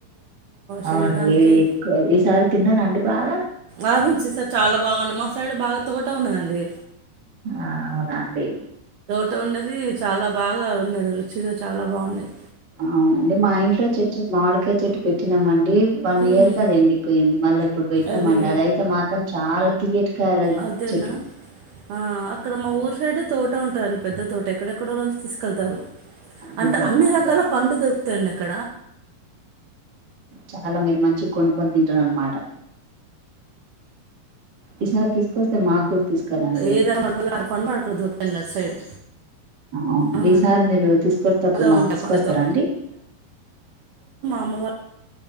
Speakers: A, on the right; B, on the right.
A: శరీరానికి
B: అవును వేడి ఎక్కువ ఈ సారి తిన్నారాండి బాగ
A: ఆ మించి <unintelligible> చాలా బాగుండంది మా సైడ్ బాగా తోట ఉన్నాదండి
B: ఆహ అవునా అండి
A: <unintelligible> ఉన్నది చాలా బాగా ఉంది ఆండీ రుచిగా చాల బాగున్నాయ్
B: అవునండి మా ఇంట్లో చెట్టు మాడికాయ్ చెట్టు పెట్టినామండి వన్
A: ఉమ్,
B: ఇయర్ కది ఎండిపోయింది మళ్ళీ ఇప్పుడు పెట్టినామండి
A: అదే
B: అది అయితే మాత్రం చాలా తియ్యాటి కాయా
A: అదేనా
B: <unintelligible>
A: ఆ అక్కడ మా ఊరు సైడ్ తోట ఉంట పెద్ద తోట ఎక్కడెక్కడోలోంచి తీసుకెళ్తారు
B: అంతేనా
A: అంటే అన్ని
B: అండి?
A: రకాల పండు దొ దొరుకుతాయ్ అండి అక్కడ
B: చాలా మీరు మంచిగా కొనుక్కొని తింటారు అన్నమాట ఈసారి తీసుకొస్తే మాకు తీసుకురండి.
A: ఏదైన పండు అక్కడ దొరుకుతాయి అటు సైడ్
B: అవును
A: ఆ
B: ఈ సారి మీరు తీసుకొస్తేప్పుడు
A: చక్కగా
B: మాకు
A: ఉంటా
B: తీసుకొస్తారా
A: పండుతో
B: అండి
A: ము